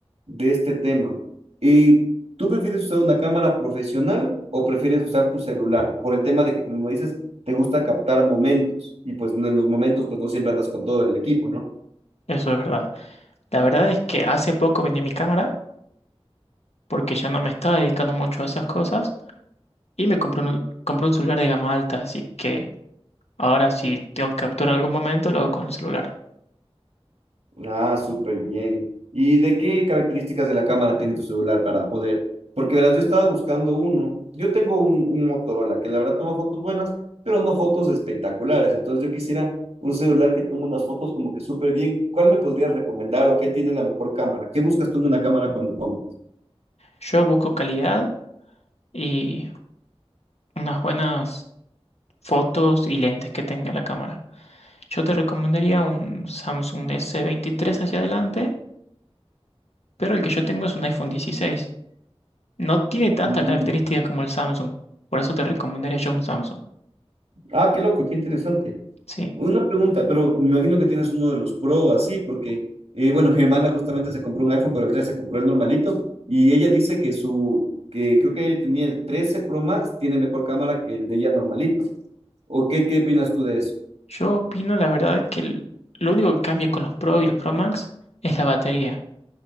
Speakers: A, on the right; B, on the left.
A: de este tema, ¿y tú prefieres usar una cámara profesional o prefieres usar tu celular? Por el tema de que, como dices, te gusta captar momentos y pues en los momentos pues no siempre andas con todo el equipo, ¿no?
B: eso es verdad. La verdad es que hace poco vendí mi cámara porque ya no me estaba dedicando mucho a esas cosas y me compré un, compré un celular de gama alta, así que... Ahora, si tengo que capturar algún momento, lo hago con el celular.
A: Ah, súper bien. ¿Y de qué características de la cámara tiene tu celular para poder? Porque verás, yo estaba buscando uno. Yo tengo un, un Motorola que la verdad toma fotos buenas, pero no fotos espectaculares. Entonces yo quisiera un celular que tome unas fotos como que súper bien. ¿Cuál me podrías recomendar o qué tiene la mejor cámara? ¿Qué buscas tú en una cámara cuando compras?
B: Yo busco calidad y unas buenas fotos y lentes que tenga la cámara. Yo te recomendaría un Samsung s veintitrés hacia adelante, pero el que yo tengo es un iPhone dieciséis. No tiene tanta
A: Mm.
B: característica como el Samsung, por eso te recomendaría yo un Samsung.
A: Ah, qué loco, qué interesante.
B: Sí,
A: Una pregunta, pero me imagino que tienes uno de los Pro así, porque, eh, bueno, mi hermana justamente se compró un iPhone, pero ella se compró el normalito, y ella dice que su, que creo que tenía el 13 Pro Max, tiene mejor cámara que el de ella normalito. ¿O qué, qué opinas tú de eso?
B: yo opino la verdad que el- lo único que cambia con los Pro y los Pro Max es la batería